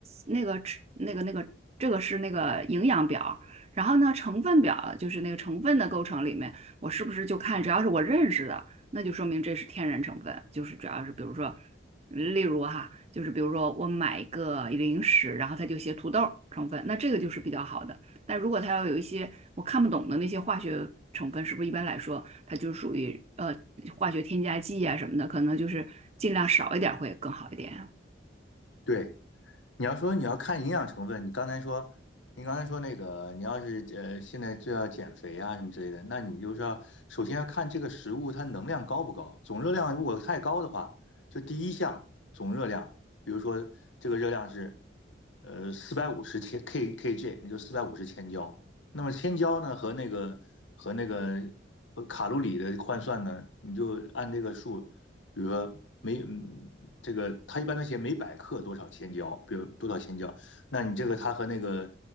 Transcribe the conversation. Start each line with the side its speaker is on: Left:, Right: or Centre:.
Right: 那个脂那个那个这个是那个营养表，然后呢成分表就是那个成分的构成里面。我是不是就看只要是我认识的，那就说明这是天然成分，就是主要是比如说，例如哈，就是比如说我买一个零食，然后它就写土豆成分，那这个就是比较好的。但如果它要有一些我看不懂的那些化学成分，是不是一般来说它就属于呃化学添加剂啊什么的，可能就是尽量少一点会更好一点啊
Left: 对，你要说你要看营养成分，你刚才说，你刚才说那个，你要是呃现在就要减肥啊什么之类的，那你就是要首先要看这个食物它能量高不高，总热量如果太高的话，就第一项总热量，比如说这个热量是呃四百五十千 K KJ，那就四百五十千焦。那么千焦呢和那个和那个和卡路里的换算呢，你就按这个数。比如说每嗯，这个它一般都写每百克多少千焦，比如多少千焦，那你这个它和那个